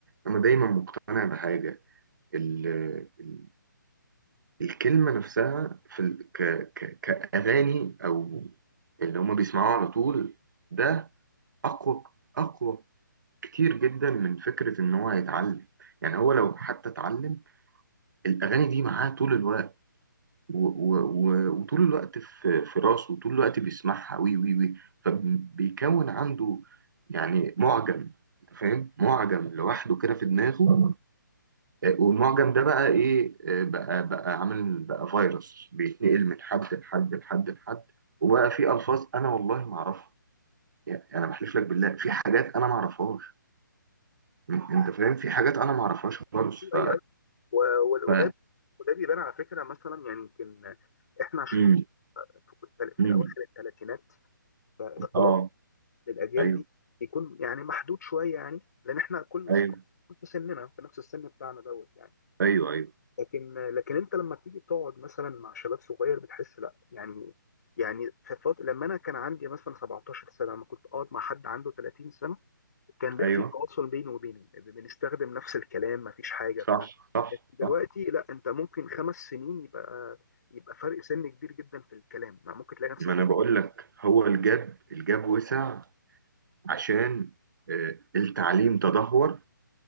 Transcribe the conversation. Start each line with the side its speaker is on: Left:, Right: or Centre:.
Right: أنا دايما مقتنع بحاجة ال ال الكلمة نفسها في ال ك ك كأغاني أو اللي هما بيسمعوه على طول ده أقوى أقوى كتير جدا من فكرة إن هو هيتعلم يعني هو لو حتى اتعلم الأغاني دي معاه طول الوقت و- و- و- وطول الوقت في في راسه وطول الوقت بيسمعها وي وي وي فبيكون عنده يعني معجم أنت فاهم معجم لوحده كده في دماغه آه، والمعجم ده بقى ايه آه، بقى بقى عامل بقى فيروس بيتنقل من حد لحد لحد لحد وبقى في الفاظ انا والله ما اعرفها يعني انا بحلف لك بالله في حاجات انا ما اعرفهاش أن- انت فاهم في حاجات انا ما اعرفهاش خالص
Left: ايوه
Right: ف
Left: ايوه و-
Right: ف
Left: وده وده بيبان على فكره مثلا يعني يمكن احنا عشان
Right: امم
Left: في التل- في
Right: امم
Left: الاواخر الثلاثينات فاختلاط
Right: اه
Left: الاجيال
Right: ايوه
Left: دي يكون يعني محدود شويه يعني لان احنا كل اصحاب
Right: ايوه
Left: في سننا في نفس السن بتاعنا دوت يعني
Right: ايوه ايوه
Left: لكن لكن انت لما تيجي تقعد مثلا مع شباب صغير بتحس لا يعني يعني في فترة لما انا كان عندي مثلا 17 سنه لما كنت اقعد مع حد عنده 30 سنه كان بقى
Right: ايوه
Left: في تواصل بيني وبينه بنستخدم نفس الكلام مفيش حاجه
Right: صح
Left: بتاع
Right: صح
Left: لكن دلوقتي
Right: صح
Left: لا انت ممكن خمس سنين يبقى يبقى فرق سن كبير جدا في الكلام ما ممكن تلاقي نفسك
Right: ما انا
Left: ايه
Right: بقول لك هو الجاب الجاب وسع عشان آه، التعليم تدهور